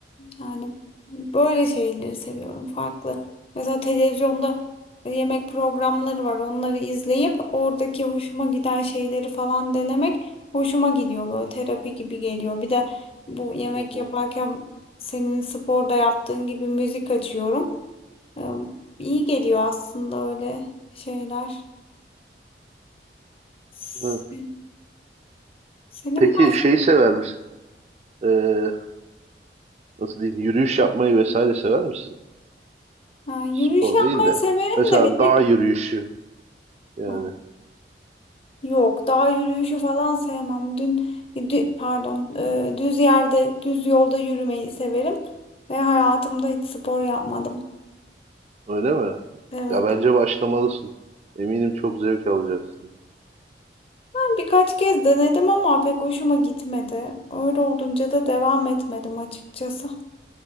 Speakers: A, on the left; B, on the right.
A: Yani böyle şeyleri seviyorum farklı. Mesela televizyonda yemek programları var. Onları izleyip oradaki hoşuma giden şeyleri falan denemek hoşuma gidiyor böyle terapi gibi geliyor. Bir de bu yemek
B: hı, hı.
A: yaparken senin sporda yaptığın gibi müzik açıyorum. Ee, İyi geliyor aslında öyle şeyler. Se-
B: Hı.
A: Senin
B: Peki
A: baş...
B: şeyi sever misin? Ee, nasıl diyeyim? Yürüyüş yapmayı vesaire sever misin?
A: Ha, yürüyüş
B: Spor
A: yapmayı
B: değil de
A: severim
B: mesela
A: de bir tek...
B: dağ yürüyüşü yani
A: Ha, Yok, dağ yürüyüşü falan sevmem. Dün, dü- pardon, e, düz yerde, düz yolda yürümeyi severim ve hayatımda hiç spor yapmadım.
B: öyle mi?
A: Evet.
B: Ya bence başlamalısın. Eminim çok zevk alacaksın.
A: Ben Birkaç kez denedim ama pek hoşuma gitmedi. Öyle olunca da devam etmedim açıkçası.